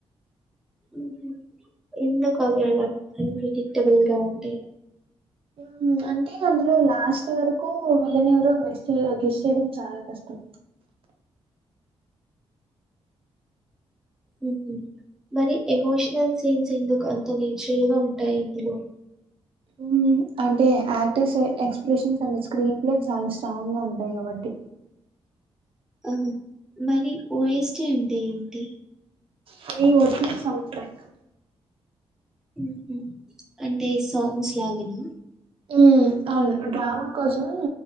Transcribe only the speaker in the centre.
ఉహు ఎన్న కవులలా ఎన్నిడిక్టబుల్ గా ఉంటాయి.
ఉహు మరి ఎమోషనల్ సీన్స్ ఎందుకు అంత నేచురల్ గా ఉంటాయి ఇందులో.
ఆహో మరి ఓఎస్టి అంటే ఏంటి.
ఉహు అంటే సాంగ్స్ లాగానా.